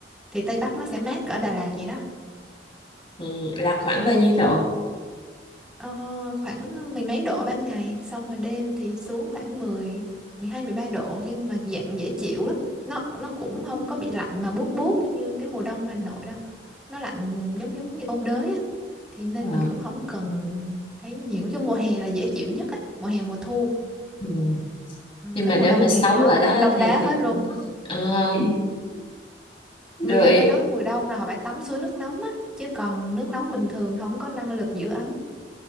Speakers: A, in the centre; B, on the left.
A: thì Tây Bắc nó sẽ mát ở Đà Lạt vậy đó
B: ừ, là khoảng bao nhiêu độ
A: Ờ, khoảng ờ, mười mấy độ ban ngày xong rồi đêm thì xuống khoảng mười mười hai mười ba độ nhưng mà dạng dễ chịu lắm. Nó nó cũng không có bị lạnh mà buốt buốt như cái mùa đông Hà Nội đâu. Nó lạnh giống giống như ôn đới á. Thì nên
B: Ờ,
A: mình cũng không cần ấy nhiều chứ mùa hè là dễ chịu nhất á, mùa hè mùa thu.
B: ừ.
A: Ừ,
B: nhưng
A: tới
B: mà
A: mùa
B: nếu
A: đông
B: mà sống
A: thì nó
B: ở đó
A: đông
B: thì,
A: đá hết
B: thì...
A: luôn.
B: Ờ,
A: Người
B: rồi
A: dân ở đó mùa đông là họ phải tắm suối nước nóng á, chứ còn nước nóng bình thường không có năng lực giữ ấm,